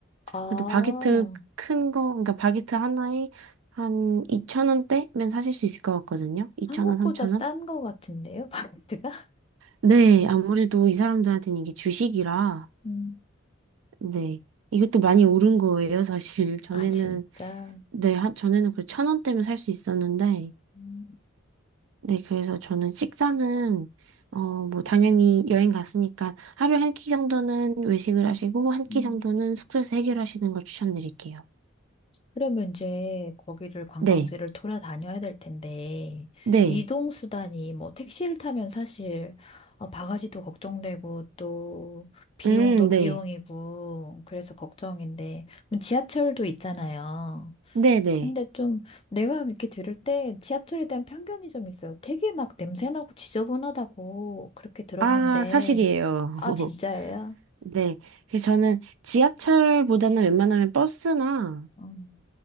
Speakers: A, on the left; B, on the right.
A: 아,
B: 그래도 바게트 큰 거, 그러니까 바게트 하나에 한2천원대면 사실 수 있을 것 같거든요. 2천원3천원
A: 한국보다 싼 거 같은데요, 바게트가? <laughs>
B: 네, 아무래도 이 사람들한테는 이게 주식이라,
A: 음,
B: 네. 이것도 많이 오른 거예요, 사실. <laughs> 전에는,
A: 아, 진짜.
B: 네, 한, 전에는 그1원대면 살 수 있었는데,
A: 음.
B: 네, 그래서 저는 식사는, 어, 뭐, 당연히 여행 갔으니까 하루에 한 끼 정도는 외식을 하시고, 한 끼
A: 음.
B: 정도는 숙소에서 해결하시는 걸 추천드릴게요.
A: 그러면 이제 거기를 관광지를
B: 네,
A: 돌아다녀야 될 텐데,
B: 네,
A: 이동 수단이 뭐 택시를 타면 사실 어, 바가지도 걱정되고 또 비용도
B: 음, 네,
A: 비용이고 그래서 걱정인데, 그럼 지하철도 있잖아요.
B: 네네.
A: 근데 좀 내가 이렇게 들을 때 지하철에 대한 편견이 좀 있어요. 되게 막 냄새나고 지저분하다고 그렇게 들었는데,
B: 아, 사실이에요.
A: 아,
B: <laughs>
A: 진짜예요?
B: 네. 그래서 저는 지하철보다는 웬만하면 버스나,
A: 음,